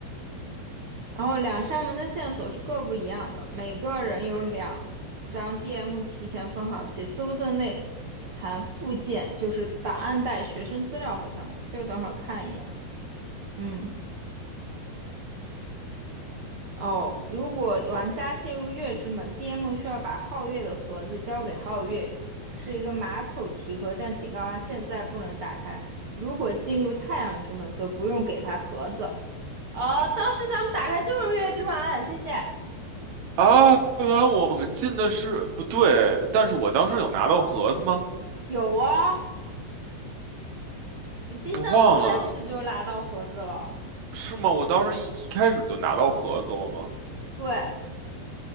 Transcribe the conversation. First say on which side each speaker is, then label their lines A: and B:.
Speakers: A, on the right; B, on the right.
A: 然后两扇门的线索是各不一样的，每个人有两张 DM 提前分好，且搜证内含附件，就是档案袋、学生资料，好像这个等会儿看一眼。嗯。哦，如果玩家进入月之门，DM 需要把皓月的盒子交给皓月，是一个马口提盒，但警告他现在不能打开。如果进入太阳之门，则不用给他盒子。哦，当时咱们打开就是月之门，谢谢。
B: 啊，原来我们进的是不对，但是我当时有拿到盒子吗？
A: 有啊，你第三幕一开始就拿到盒子了。
B: 我忘了，是吗？我当时一一开始就拿到盒子了吗？
A: 对，